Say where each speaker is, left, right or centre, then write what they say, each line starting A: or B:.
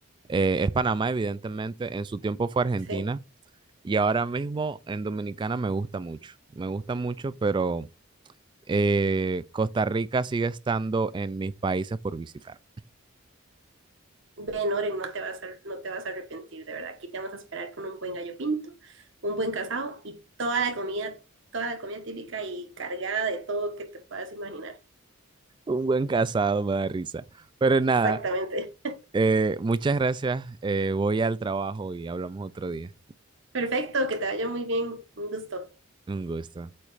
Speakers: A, on the right; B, on the right.
A: eh, es Panamá, evidentemente. En su tiempo fue Argentina.
B: Sí.
A: Y ahora mismo en Dominicana me gusta mucho, me gusta mucho, pero eh, Costa Rica sigue estando en mis países por visitar.
B: Ven, Oren, no te vas a, no te vas a arrepentir, de verdad. Aquí te vamos a esperar con un buen gallo pinto, un buen casado y toda la comida, toda la comida típica y cargada de todo que te puedas imaginar.
A: Un buen casado me da risa. Pero nada,
B: Exactamente.
A: eh, muchas gracias. eh, voy al trabajo y hablamos otro día.
B: Perfecto, que te vaya muy bien. Un gusto.
A: Un gusto.